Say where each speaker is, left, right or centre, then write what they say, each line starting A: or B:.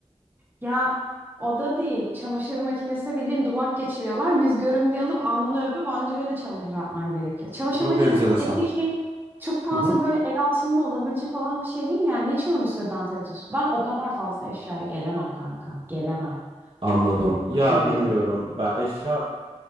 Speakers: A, on the right (about 15°); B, on the right (about 50°).
A: Ya o da değil. Çamaşır makinesine bildiğin duvak geçiriyorlar. Yüz görümlüğü alıp alnını öpüp anca öyle çamaşır atman gerekiyor. Çamaşır
B: Çok
A: makinesi
B: enteresan.
A: dediğin şey çok fazla
B: Hı hı.
A: böyle el altında olabilecek olan bir şey değil mi? Yani niçin onun üstüne dantel atıyorsun? Ben o kadar fazla eşyaya gelemem kanka. Gelemem.
B: Anladım.
A: Ruh
B: Ya
A: alıyor.
B: bilmiyorum. Ben eşya